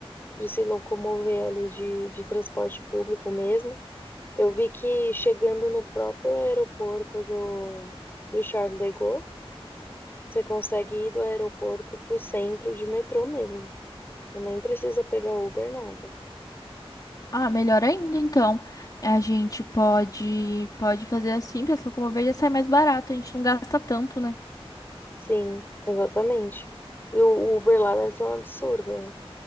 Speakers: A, on the left; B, on the left.
A: de se locomover ali de, de transporte público mesmo. Eu vi que chegando no próprio aeroporto do, do Charles de Gaulle, você consegue ir do aeroporto para o centro de metrô mesmo. Então, nem precisa pegar Uber, nada.
B: Ah, melhor ainda, então. A gente pode pode fazer assim pra se locomover já sai mais barato, a gente não gasta tanto, né?
A: Sim, exatamente. E o Uber lá deve ser um absurdo. né?